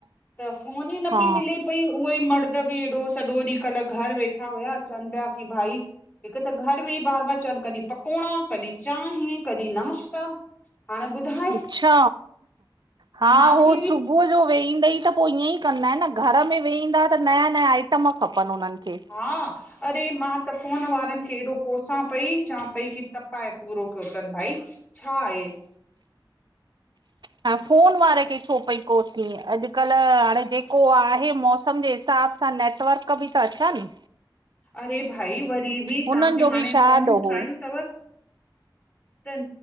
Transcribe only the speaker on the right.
हा
अच्छा, हा
उ सु
सुबुह जो वेहींदई त पो ईअं ई कंदा आहिनि न, घर में वेहींदा त नया नया आइटम खपनि उन्हनि खे।
हाणे फोन वारे खे छो पई कोसीं अॼुकल्ह हाणे जेको आहे मौसम जे हिसाब सां नेटवर्क बि त अचनि।
हुननि
जो
बि छा
ॾोहो